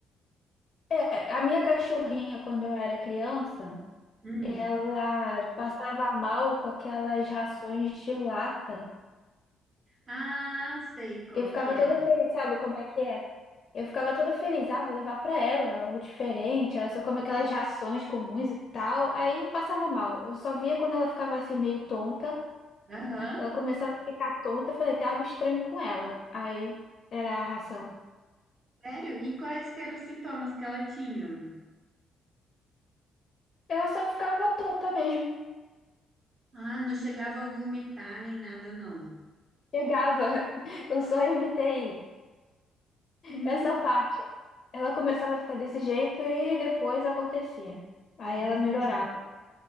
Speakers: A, on the left (about 45°); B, on the right (about 35°).
A: É, A minha cachorrinha, quando eu era criança,
B: Hum.
A: Ela passava mal com aquelas rações de lata.
B: Ah, sei qual
A: Eu ficava
B: que é.
A: toda feliz, sabe como é que é? Eu ficava toda feliz, ah, vou levar pra ela algo diferente. Ela só come aquelas rações comuns e tal. Aí eu passava mal. Eu só via quando ela ficava assim meio tonta.
B: Aham.
A: Ela começava a ficar tonta. Eu falei, tem algo estranho com ela. Aí era a ração.
B: Sério? E quais que eram os sintomas que ela tinha?
A: Ela só ficava tonta mesmo.
B: Ah, não chegava a vomitar nem nada, não. <laughs>
A: Chegava. <laughs> Eu só evitei
B: Hum,
A: Essa parte. Ela começava a ficar desse jeito e depois acontecia. Aí
B: entendi.
A: ela melhorava.